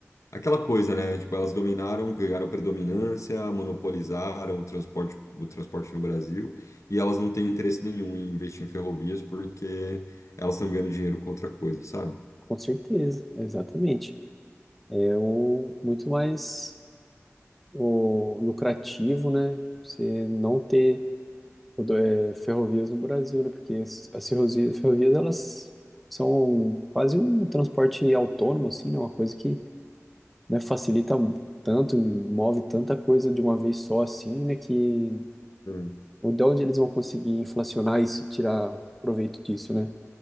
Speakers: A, on the left; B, in the centre.
A: Aquela coisa, né? Tipo, elas dominaram, ganharam predominância, monopolizaram o transporte, o transporte no Brasil, e elas não têm interesse nenhum em investir em ferrovias porque elas estão ganhando dinheiro com outra coisa, sabe?
B: com certeza, exatamente, é o muito mais o lucrativo, né, você não ter rodo- é, ferrovias no Brasil, né, porque as, as ferrovias, ferrovias, elas são quase um transporte autônomo, assim, né, uma coisa que né, facilita um tanto, e move tanta coisa de uma vez só assim, né, que
A: Hum,
B: ou de onde eles vão conseguir inflacionar isso e tirar proveito disso, né?